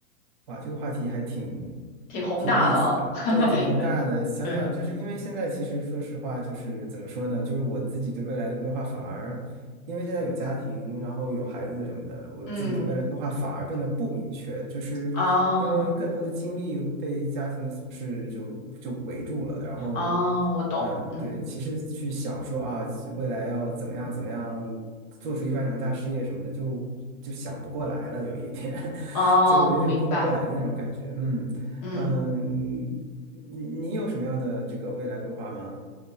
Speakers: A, on the right; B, on the left.
A: 哇，这个话题还挺
B: 挺宏大的哦，
A: 挺有意思的，
B: <laughs>
A: 对，挺宏大的。
B: 对对，
A: 想想，就是因为现在其实说实话，就是怎么说呢，就是我自己对未来的规划反而。因为现在有家庭，然后有孩子什么的，我自己对未来规划反而变得不明确，
B: 嗯
A: 就是因为更多的精力被家庭的琐事就就围住了。
B: 啊。
A: 然后，
B: 哦，我懂，
A: 嗯，
B: 嗯，
A: 对，其实去想说啊，未来要怎么样怎么样，做出一番什么大事业什么的，就就想不过来了，有一点，<laughs>
B: 哦，
A: 就有点顾不过来的那种感觉。
B: 我明白，
A: 嗯嗯，
B: 嗯，
A: 你你有什么样的这个未来规划吗？